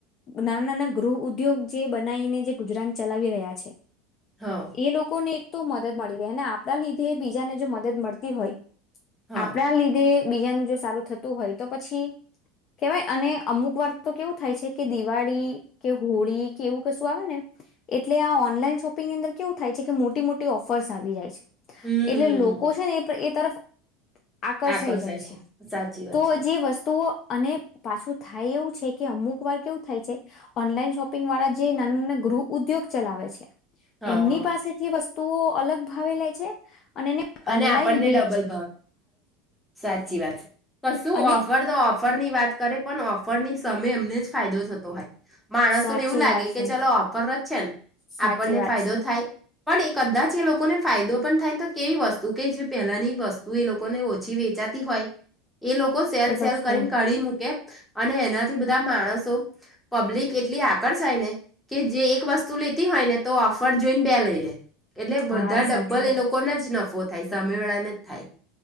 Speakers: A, on the left; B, in the centre.
A: નાના નાના ગૃહ ઉદ્યોગ જે બનાવીને જે ગુજરાત ચલાવી રહ્યા છે.
B: હા
A: એ લોકો ને તો મદદ મળી રહે અને આપણા લીધે બીજાને જો મદદ મળતી હોય
B: હા
A: આપણા લીધે બીજાનું જો સારું થતું હોય તો પછી કેવાય અને અમુક વાર તો કેવું થાય છે કે દિવાળી કે હોળી કે એવું કશું આવે ને એટલે આ ઓનલાઈન શોપિંગની અંદર કેવું થાય છે કે મોટી મોટી ઓફર્સ આવી જાય છે.
B: હમ
A: એટલે લોકો છે ને એ પ એ તરફ આકર્ષાઈ
B: આકર્ષાય
A: જાય છે
B: સાચી વાત
A: તો
B: છે
A: જે વસ્તુઓ અને પાછું થાય એવું છે કે અમુક વાર કેવું થાય છે ઓનલાઈન શોપિંગ વાળા જે નાના નાના ગૃહ ઉદ્યોગ ચલાવે છે
B: હા
A: એમની પાસેથી વસ્તુ તુંઓ અલગ ભાવે લે છે અને એને
B: અને
A: ઓનલાઈન
B: આપણને
A: દે
B: ડબલ સાચી વાત ક શું
A: અને
B: ઓફર દ ઓફર ની વાત કર તે પણ ઓફરની સમયમે એમને જ ફાયદો થતો હોય. માણસોને
A: સાચી
B: એવું લાગે
A: વાત છે
B: કે ચાલો ઓફર જ છે ને
A: સાચી
B: આપણને
A: વાત
B: ફાયદો
A: છે
B: થાય પણ એ કદાચ એ લોકોને ફાયદો પણ થાય તો કેવી વસ્તુ કે જે પહેલાની વસ્તુ એ લોકોને ઓછી વેચાતી હોય એ લોકો સેલ
A: એ વસ્તુ
B: સેલ કરીને કાઢી મૂકે અને એનાથી બધા માણસો પબ્લિક એટલી આકર્ષાય ને કે જે એક વસ્તુ લેતી હોય ને તો ઓફર જોઈને બે લઈ લે એટલે બધા
A: હા
B: ડબ્બલ
A: સાચી વાત
B: એ લોક નફો થાય સ તમે વેળાને થાય